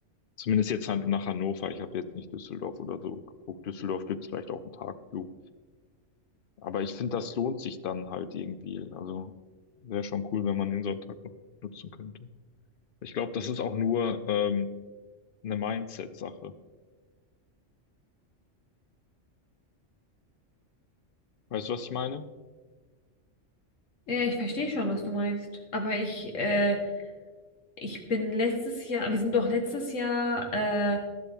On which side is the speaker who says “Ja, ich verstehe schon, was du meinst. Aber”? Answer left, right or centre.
Left